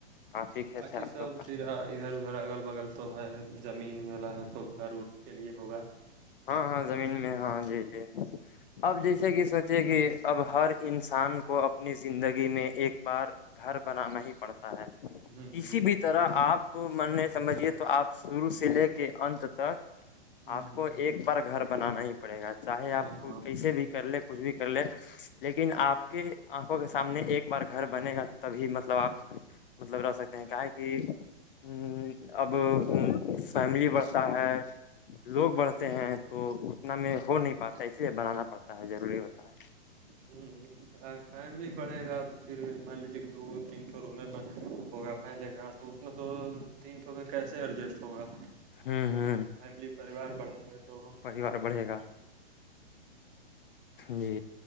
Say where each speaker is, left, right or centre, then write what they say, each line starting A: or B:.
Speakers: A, on the left; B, on the right.
A: کافی کھیت
B: باقی
A: ہے آپ
B: سب
A: لوگ کا
B: پھر ادھر ادھر اگل بگل تو ہے زمین والا ہے تو گھر اھر کے لیے ہوگا
A: ہاں ہاں زمین میں ہاں جی جی اب جیسے کہ سوچے کہ اب ہر انسان کو اپنی زندگی میں ایک بار گھر بنانا ہی پڑتا ہے
B: ہوں
A: کسی
B: ہوں
A: بھی طرح آپ آ من نے سمجھیے تو آپ شروع سے لے کے انت تک
B: ہوں
A: آپ
B: ہوں
A: کو
B: ہ
A: ایک بار گھر بنانا ہی پڑے گا چاہے آپ
B: ہاں
A: کو
B: ہاں
A: کیسے بھی کر لے کچھ بھی کر لے لیکن آپ کے آنکھوں کے سامنے ایک بار گھر بنے گا تبھی مطلب آپ مطلب رہ سکتے ہیں کیا ہے کہ ہ اب فیملی بڑھتا ہے لوگ بڑھتے
B: ہوں
A: ہیں تو اتنا میں ہو نہیں پاتا ہے اس لیے بنانا پڑتا ہے ضروری ہوتا ہے
B: ہوں فملی بڑے گا تو پھر مان لیجیے کہ دو تین سو رومے میں ہوگا پہلے کا تو اس میں دو تینٹوں میں کیسے ایڈجسٹ ہوگا فیملی
A: ہ ہ ہ
B: پریوار بڑھیں گے تو
A: پار بڑھے گا جی